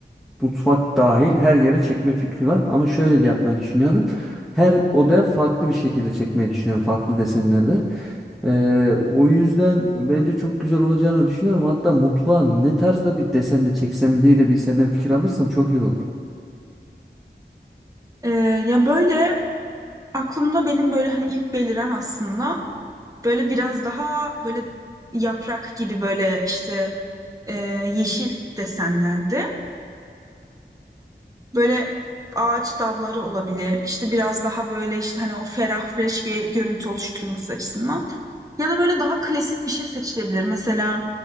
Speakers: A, in the centre; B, on the right.
A: mutfak dahil her yere çekme fikri var. Ama şöyle de yapmayı düşünüyorum. Her odaya farklı bir şekilde çekmeyi düşünüyorum. Farklı desenlerde. Ee, o yüzden bence çok güzel olacağını düşünüyorum. Hatta mutfağa ne tarzda bir desen de çeksem diye de bir senden fikir alırsam çok iyi olur.
B: Ee, ya böyle aklımda benim böyle hani ilk beliren aslında. Böyle biraz daha böyle yaprak gibi böyle işte e, yeşil desenlerde. Böyle ağaç dalları olabilir. İşte biraz daha böyle işte hani o ferah fresh bir görüntü oluşturması açısından. Ya da böyle daha klasik bir şey seçilebilir. Mesela